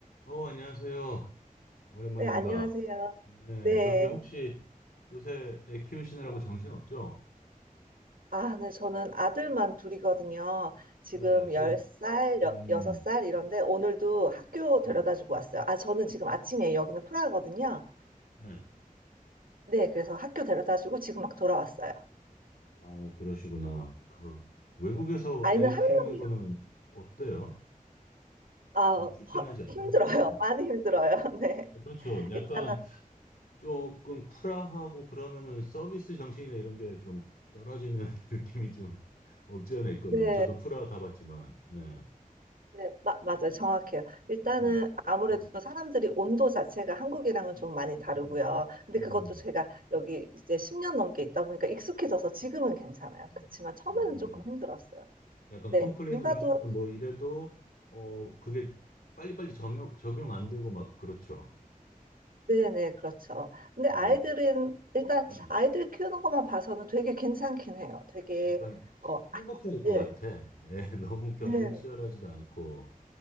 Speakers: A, on the left; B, on the right.
A: 어, 안녕하세요. 오랜만입니다.
B: 네, 안녕하세요.
A: 네,
B: 네.
A: 저기 혹시 요새 애 키우시느라고 정신 없죠?
B: 아, 네, 저는 아들만 둘이거든요. 지금
A: 네, 지금,
B: 10살, 여,
A: 음,
B: 6살 이런데 오늘도 학교 데려다
A: 음,
B: 주고 왔어요. 아, 저는 지금 아침에 여기는 프라하거든요.
A: 네.
B: 네, 그래서 학교 데려다 주고 지금 막 돌아왔어요.
A: 아, 그러시구나. 그, 외국에서
B: 네. 아이는
A: 애
B: 한
A: 키우는
B: 명이요.
A: 거는 어때요?
B: 아,
A: 좀 불편하지
B: 허-
A: 않나요?
B: 힘들어요.
A: 음,
B: 많이 힘들어요. <laughs> 네.
A: 어, 그렇죠. 약간
B: 일단은,
A: 조금 프라하고 그러면은 서비스 정신이나 이런 게 좀 떨어지는 <laughs> 느낌이 좀 없지 않아 있거든요.
B: 네.
A: 저도 프라 가봤지만, 네.
B: 네, 마, 맞아요. 정확해요. 일단은
A: 음,
B: 아무래도
A: 음,
B: 사람들이 온도 자체가 한국이랑은 좀 많이 다르고요.
A: 음,
B: 근데
A: 음.
B: 그것도
A: 음.
B: 제가 여기 이제 10년 넘게 있다 보니까 익숙해져서 지금은 괜찮아요.
A: 음,
B: 그렇지만 처음에는
A: 음.
B: 조금 힘들었어요.
A: 약간
B: 네,
A: 컴플레인을
B: 육아도,
A: 하거나 뭐 이래도 어 그게 빨리빨리 적용 적용 안 되고 막 그렇죠.
B: 네네, 그렇죠. 근데 아이들은,
A: 음,
B: 일단
A: 음.
B: 아이들 키우는 것만 봐서는 되게 괜찮긴 해요. 되게,
A: 약간
B: 어, 아,
A: 행복해질 것
B: 예,
A: 같아. 예, <laughs> 너무 경쟁
B: 네,
A: 치열하지도 않고